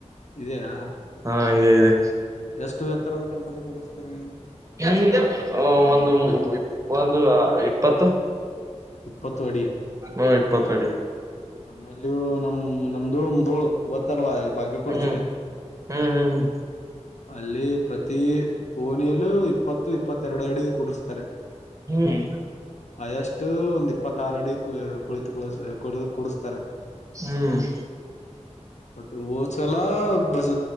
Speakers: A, on the left; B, on the right.
A: ಇದೆಯಾ
B: ಹಾ ಇದೆ ಇದೆ
A: ಎಷ್ಟು ಎ ಥರದ ಗಣಪತಿ ಕೊಂಡಿಸ್ತೀರಿ ನೀವು
B: ಹ್ಮ ಒಂದು ಒಂದು ಇಪ್ಪತ್ತು
A: ಇಪ್ಪತ್ತು ಅಡಿ
B: ಹ್ಮ ಇಪ್ಪತ್ತಡಿ
A: ನಮ್ಮಲ್ಲಿ ನಮ್ ನಮ್ದು ಮುದೋಳು ಗೊತ್ತಲ್ವಾ ಬಾಗಲಕೋಟೆ
B: ಹ್ಮ್
A: ಜಿಲ್ಲೆ
B: ಹ್ಮ್ ಹ್ಮ್ ಹ್ಮ್
A: ಅಲ್ಲಿ ಪ್ರತಿ ಓನಿಯಲ್ಲೂ ಇಪ್ಪತ್ತು ಇಪ್ಪತ್ತೆರಡು ಅಡಿದ ಕುಡರ್ಸ್ತಾರೆ
B: ಹ್ಮ್
A: ಅಯಷ್ಟು ಒಂದ್ ಇಪ್ಪತ್ತಾರಡಿ ಕು ಕುಳಿತು ಕುಡಸ್ತಾರೆ
B: ಹ್ಮ್
A: ಮತ್ತ ಹಓದ್ಸಲ ಬಸ